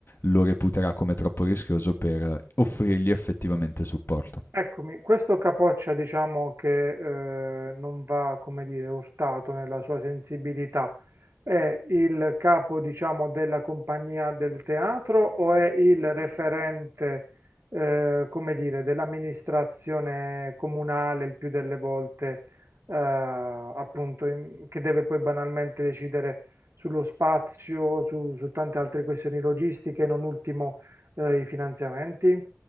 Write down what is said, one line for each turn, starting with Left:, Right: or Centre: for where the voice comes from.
Left: lo reputerà come troppo rischioso per offrirgli effettivamente supporto.
Right: Eccomi, questo capoccia diciamo che eh, non va, come dire, urtato nella sua sensibilità, è il capo diciamo della compagnia del teatro o è il referente, eh, come dire, dell'amministrazione comunale il più delle volte, eh, appunto, in- che deve poi banalmente decidere sullo spazio, su, su tante altre questioni logistiche, non ultimo eh, i finanziamenti?